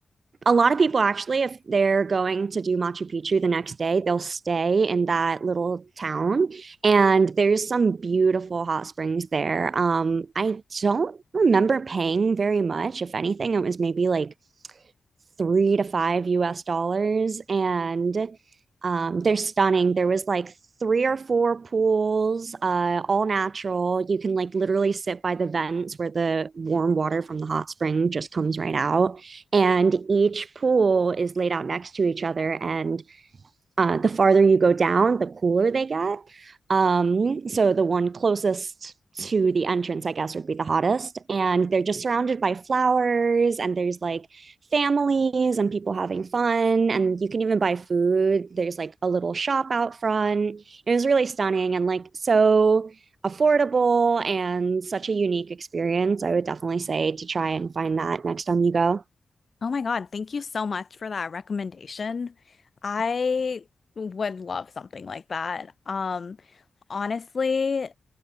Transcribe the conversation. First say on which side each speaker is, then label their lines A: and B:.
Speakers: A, on the right (about 55°); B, on the left (about 40°).
A: a lot of people actually, if they're going to do Machu Picchu the next day, they'll stay in that little town. And there's some beautiful hot springs there. Um, I don't remember paying very much. If anything, it was maybe like three to five US dollars. And um, they're stunning. There was like three or four pools, uh, all natural. You can like literally sit by the vents where the warm water from the hot spring just comes right out. And each pool is laid out next to each other. And uh, the farther you go down, the cooler they get. Um, so the one closest to the entrance, I guess, would be the hottest. And they're just surrounded by flowers, and there's like families and people having fun. And you can even buy food. There's like a little shop out front. It was really stunning and like so affordable and such a unique experience. I would definitely say to try and find that next time you go.
B: Oh my God, thank you so much for that recommendation. I would love something like that. Um, honestly.